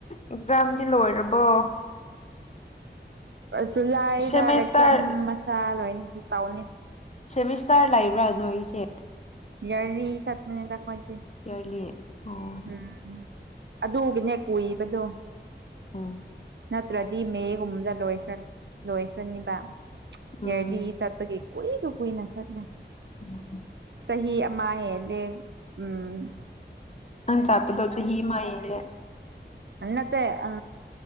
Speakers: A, on the left (about 35°); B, on the right (about 70°).
A: ꯑꯦꯛꯖꯥꯝꯗꯤ ꯂꯣꯏꯔꯕꯣ
B: ꯖꯨꯂꯥꯏꯗ
A: ꯁꯦꯃꯦꯁꯇꯔ
B: ꯑꯦꯛꯖꯥꯝ ꯃꯆꯥ ꯂꯣꯏꯅ ꯇꯧꯅꯤ
A: ꯁꯦꯃꯤꯁꯇꯥꯔ ꯂꯩꯕ꯭ꯔꯥ ꯅꯣꯏꯁꯦ
B: ꯌꯥꯔꯤ ꯆꯠ ꯄꯅꯤꯗ ꯈꯣꯏꯗꯤ
A: ꯌꯥꯔꯂꯤ ꯑꯣ
B: ꯎꯝ ꯑꯗꯨꯒꯤꯅꯦ ꯀꯨꯏꯕꯗꯣ
A: ꯑꯣ
B: ꯅꯠꯇ꯭ꯔꯗꯤ ꯃꯦꯒꯨꯝꯕꯗ ꯂꯣꯏꯈ꯭ꯔ ꯂꯣꯏꯈ꯭ꯔꯅꯤꯕ
A: ꯎꯝ
B: ꯌꯥꯔꯂꯤ ꯆꯠ ꯄꯒꯤ ꯀꯨꯏꯅ ꯀꯨꯏꯅ ꯆꯠꯅꯦ
A: <unintelligible>
B: ꯆꯍꯤ ꯑꯃ ꯍꯦꯜꯂꯦ ꯎꯝ
A: ꯑꯪ ꯆꯥꯠꯄꯗꯣ ꯆꯍꯤ ꯑꯃ ꯌꯦꯂꯦ
B: ꯑ ꯅꯠꯇꯦ ꯑ...